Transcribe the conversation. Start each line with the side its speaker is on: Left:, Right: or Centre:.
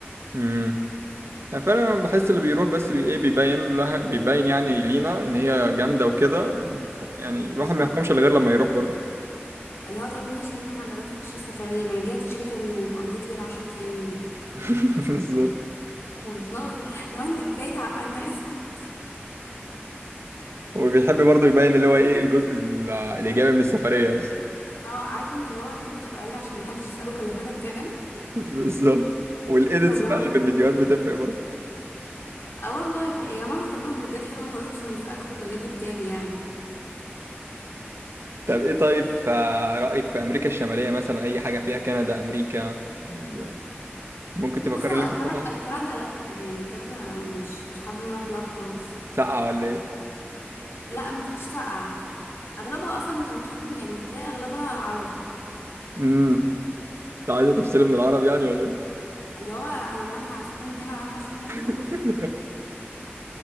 Right: امم يعني فعلا أنا بحس اللي بيروح بس بي ايه بيبين لها بيبين يعني لينا ان هي جامده وكده يعني
Left: بالظبط
Right: الواحد ما يحكمش الا غير لما يروح برضه
Left: اللي هو طب ماشي انت ما عجبتكش السفريه ما رجعتش ليه تاني يوم قضيت لي العشرة ايام هناك
Right: <laughs> بالظبط
Left: <laughs> والله لو انت جاي تعقدنا اسكت
Right: وبيحب برضه يبين اللي هو ايه الجزء ال- الايجابي من السفريه بس <laughs>
Left: اه عارف انت اللي هو الناس بتبقى راجعه عشان محدش يساله كلفتك كام
Right: بالظبط والايديتس
Left: فبيقعدوا
Right: بقى اللي في الفيديوهات بتفرق برضه
Left: اه والله ف... يا ماما تعملوا فلوجات حلوه خلاص مش هنسالكم كلفت كام يعني
Right: طب ايه طيب في رايك في امريكا الشماليه مثلا اي حاجه فيها كندا امريكا ال- ممكن تفكر
Left: بص هو
Right: ان انت
Left: كندا
Right: تروحها
Left: كندا لا يعني كندا مش مش حابه ان انا اروح لها خالص
Right: ساقعه ولا ايه
Left: لا مش ساقعه اغلبها اصلا انت هتروح يعني هتلاقي اغلبها عرب
Right: امم انت عايزه تفصلي من العرب يعني ولا ايه
Left: اللي هو انا وانا هسيبهم هنا ورايحه اشوفهم هناك
Right: <laughs>